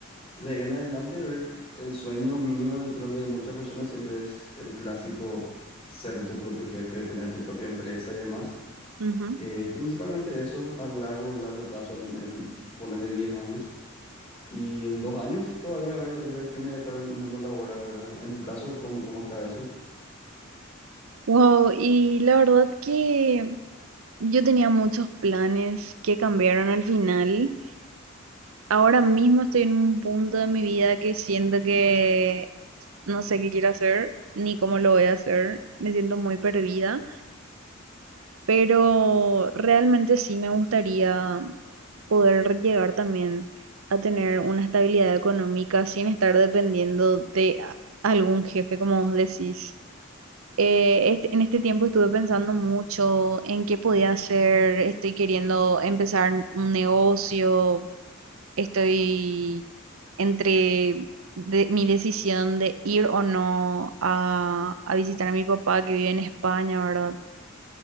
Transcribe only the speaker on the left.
de ahí en adelante, ver el sueño mío y creo que de muchas personas siempre es el clásico ser tu propio jefe, tener tu propia empresa y demás.
Eh, principalmente eso a largo, largo plazo, en, en ponerle 10 años. Y en dos años todavía ver, ver qué me depara el mundo laboral, ¿verdad? En tu caso, ¿cómo, cómo está eso?